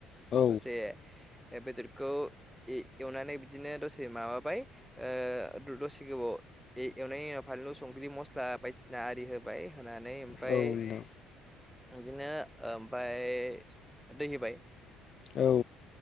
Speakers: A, on the left; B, in the centre.
A: औ
B: दसे। ओ बेदरखौ ए-एवनानै बिदिनो दसे माबाबाय ओ लसे गोबाव ए-एवनायनि उनाव फानलु संख्रि मस्ला बायदिसिना आरि होबाय। होनानै ओमफाय
A: नोंथां
B: बिदिनो ओमफाय दै होबाय।
A: औ।